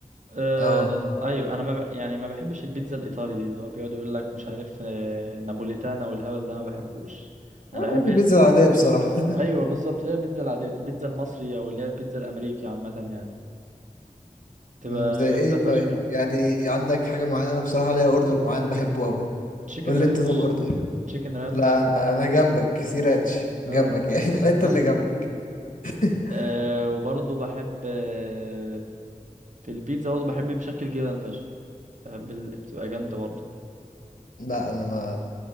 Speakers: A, on the right (about 60°); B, on the left (about 70°).
A: آه
B: اه
A: ايوه انا ما ب... يعني ما بحبش البيتزا الايطالي دي اللي هو بيقعد يقول لك مش عارف آه نابوليتانا والهبل ده ما بحبوش انا
B: أنا
A: بحب
B: بحب البيتزا العادية بصراحة <laughs>
A: ايوه بالظبط اللي هي البيتزا العاديه دي البيتزا المصري او اللي هي البيتزا الامريكي عامه يعني تبقى
B: أمم، زي
A: جامده
B: ايه
A: فشخ
B: طيب يعني عندك حاجة معينة أنا بصراحة ليا اوردر معين بحبه قوي
A: تشيكن
B: قول
A: رانش
B: لي انت طب اوردر
A: تشيكن رانش
B: لا انا انا جنبك سي رانش جنبك
A: اه
B: يعني <laughs> الحتة
A: <laughs>
B: اللي جنبك <laughs>
A: آه وبرضه بحب آه في البيتزا برضه بحب مشكل جبن فشخ بحب ال... بتبقى جامده برضه
B: لا انا ما